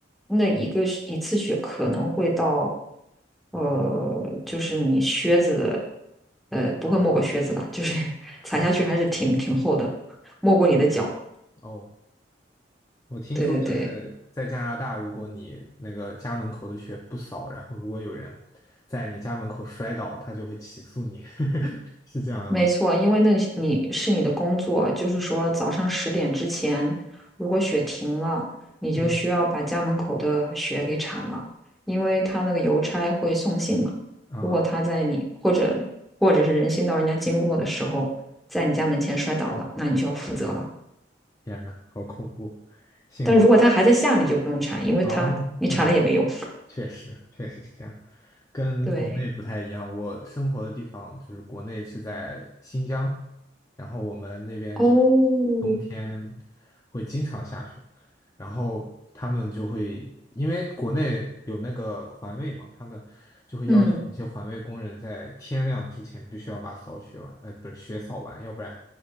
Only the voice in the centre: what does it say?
那一个是一次雪可能会到，呃，就是你靴子的，呃，不会没过靴子吧？
就是 <laughs>
踩下去还是挺挺厚的，没过你的脚。
对对对，
没错，因为那是你是你的工作，就是说早上十点之前，如果雪停了，你就需要把家门口的雪给铲了，
因为他那个邮差会送信嘛。
如果他在你或者或者是人行道人家经过的时候，在你家门前摔倒了，那你就要负责了。
但如果他还在下，你就不用铲，因为他你铲了也没用。
对，
哦，
嗯